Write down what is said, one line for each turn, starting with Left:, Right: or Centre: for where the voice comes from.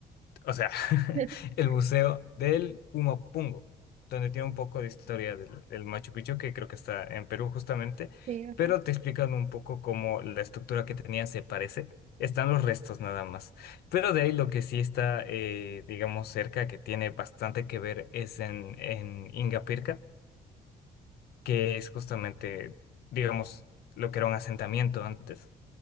Left: o sea, <laughs>
Right: <laughs>
Left: el Museo del Pumapungo, donde tiene un poco de historia del, del Machu Picchu, que creo que está en Perú justamente,
Right: Sí, ajá.
Left: pero te explican un poco cómo la estructura que tenía se parece. Están los restos nada más. Pero de ahí lo que sí está, eh, digamos, cerca, que tiene bastante que ver, es en, en Ingapirca, que es justamente, digamos, lo que era un asentamiento antes.